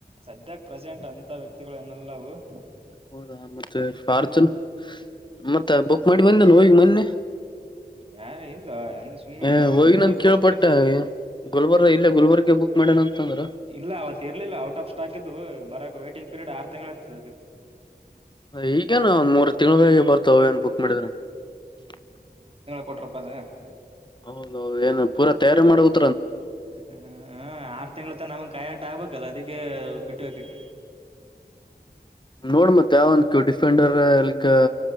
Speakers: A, on the right; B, on the left.
A: ಸದ್ಯಕ ಪ್ರೆಸೆಂಟ್ ಅಂತ ವ್ಯಕ್ತಿಗಳು ನೆಲ್ಲವು <unintelligible>
B: ಹೌದಾ ಮತ್ತೆ ಫಾರ್ಚುನ್ ಮತ್ತ ಬುಕ್ ಮಾಡಿ ಬಂದಲ್ಲ ಹೋಗಿ ಮೊನ್ನೆ. <unintelligible>
A: ಯಾರ ಇಲ್ಲೂ ಹೆಂಗ ಸುಮ್ನೆ
B: ಏ
A: ಇಂಗ್
B: ಹೋಗಿನಂತ
A: ಮುಂದಕ್ಕ ಹೋಗಿ
B: ಕೇಳ್ಪಟ್ಟ
A: ಪೋಸ್ಟ್ ಪನಕ್ಕ <unintelligible>
B: ಗುಲ್ಬರ್ಗ ಇಲ್ಲೇ ಗುಲ್ಬರ್ಗ ಬುಕ್ ಮಾಡ್ಯಣ ಅಂತಂದ್ರ
A: ಇಲ್ಲ ಅವತ್ತ ಇರ್ಲಿಲ್ಲ ಔಟ್ ಆಫ್ ಸ್ಟಾಕ್ ಇದ್ದವು ಬರಕ್ ವೇಟ್ <unintelligible> ಟಿಂಗ್ ಪೀರಡ್ ಆರು ತಿಂಗಳ ಆಯತದ ಅದಕ್ಕ. <unintelligible>
B: ಈಗೇನ ಒಂದ ಮೂರು ತಿಂಗಳ ಗಳಗೆ ಬರ್ತ ಅವ ಏನ್ ಬುಕ್ ಮಾಡಿದ್ರ. <unintelligible>
A: ಕೊಟರಪ್ಪ ಅದ? <unintelligible>
B: ಹೌದ ಅವ ಏನು ಪೂರಾ ತಯಾರಿ ಮಾಡಬೇಕ್ <unintelligible>
A: ಹ ಹ ಆರು ತಿಂಗಳ ತನ ನಮ್ಮಗ ಕಾಯಕ್ ಆಗ್ಬೇಕಲ್ಲ ಅದಕ್ಕೆ ಬಿಟ್ಟುವೆ ಅಕಡಿ <unintelligible>
B: ನೋಡ್ ಮತ್ತ ಯಾವಂದ್ ಕ ಡಿಫೆಂಡರ್ <unintelligible> ಇಲ್ಕ್